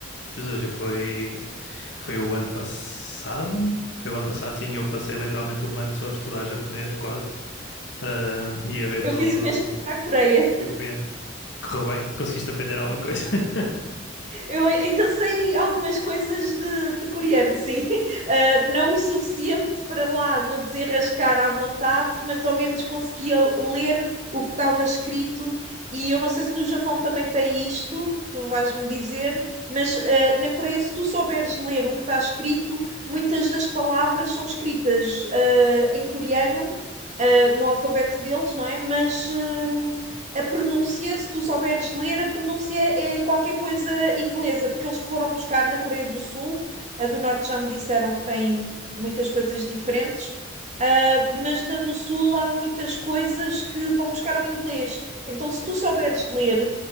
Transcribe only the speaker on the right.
Eu
fiz o mesmo para a Coreia.
Eu ainda sei algumas coisas de, de coreano, sim. <laughs> Ah, não o suficiente para lá me desenrascar à vontade, mas ao menos conseguia ler o que estava escrito. E eu não sei se no Japão também tem isto, tu vais-me dizer, mas ah, na Coreia, se tu souberes ler o que está escrito, muitas das palavras são escritas ah, em coreano. ah, no alfabeto deles, não é? Mas ah, a pronúncia, se tu souberes ler, a pronúncia é qualquer coisa inglesa, porque eles foram buscar na Coreia do Sul, a do Norte já me disseram que tem muitas coisas diferentes, ah, mas na do Sul há muitas coisas que vão buscar o inglês. Então, se tu souberes ler,